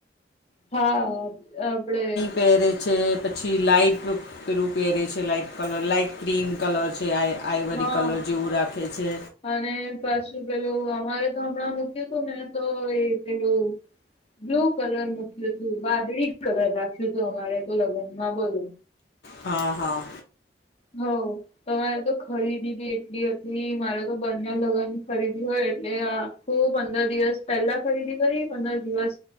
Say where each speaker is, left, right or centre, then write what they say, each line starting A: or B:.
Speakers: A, on the left (about 35°); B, on the left (about 60°).
A: ખર હા આપડે
B: પેરે છે પછી લાાઈટ પેલું પહેરે છે light colour light cream colour છે આ આઈવરી
A: હા
B: કલર જેવું રાખે છે
A: અને પાછુ પેલું અમારે તો હમણાં મૂક્યું હતું ને તો એ પેલું બ્લુ કલર મૂક્યું હતું વાદળી કલર રાખ્યું હતું અમારે તો લગ્નમાં બોલો
B: હા હા
A: હ તમારે તો ખરીદી બી એટલી હતી મારે તો બંને લગ્ન ની ખરીદી હોય એટલે આ હું પંદર દિવસ પહેલા ખરીદી કરી પંદર દિવસ